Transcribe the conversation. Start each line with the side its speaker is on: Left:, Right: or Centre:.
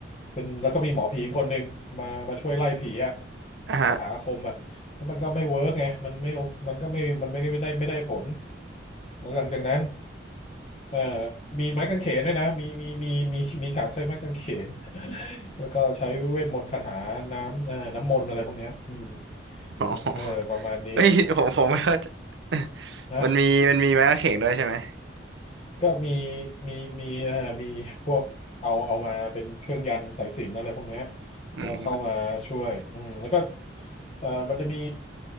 Left: เป็นแล้วก็มีหมอผีคนหนึ่งมามาช่วยไล่ผีอ่ะ
Right: <coughs> <laughs> อ่ะฮะ
Left: คาถาอาคมอ่ะแล้วมันก็ไม่เวิร์กไงมันไม่โอมันก็ไม่มันไม่ได้ไม่ได้ผลแล้วหลังจากนั้นเอ่อมีไม้กางเขนด้วยนะมีมีมีมีมีฉากใช้ไม้กางเขน <laughs> แล้วก็ใช้เวทมนต์คาถาน้ำเอ่อน้ำมนต์อะไรพวกเนี้ยอืม
Right: อ๋อ
Left: เออประมาณนี้
Right: เอ้ย <laughs> ผมผมไม่เข้าใจ <laughs>
Left: นะ
Right: มันมีมันมีไม้กางเขนด้วยใช่ไหม
Left: ก็มีมีมีเอ่อมีพวกเอาเอามาเป็นเครื่องยันต์สายสิญจน์อะไรพวกเนี้ย
Right: อืม
Left: ก็เข้ามาช่วยอืมแล้วก็เอ่อมันจะมี